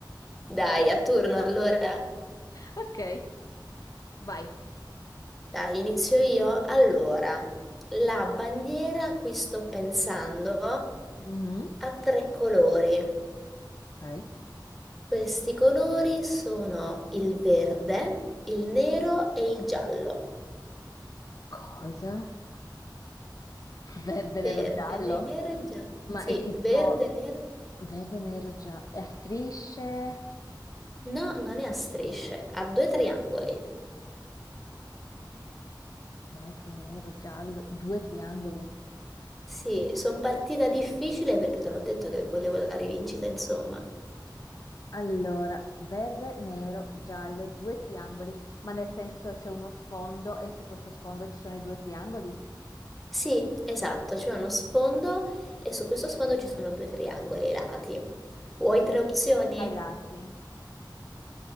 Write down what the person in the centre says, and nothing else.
Dai, a turno allora.
Dai, inizio io. Allora, la bandiera a cui sto pensando
ha tre colori.
Questi colori sono il verde, il nero e il giallo.
Verde,
nero e giallo.
Sì,
verde, nero.
No, non è a strisce, ha due triangoli.
Sì, sono partita difficile perché te l'ho detto che volevo la rivincita, insomma.
Sì, esatto, c'è uno sfondo e su questo sfondo ci sono due triangoli ai lati. Vuoi tre opzioni?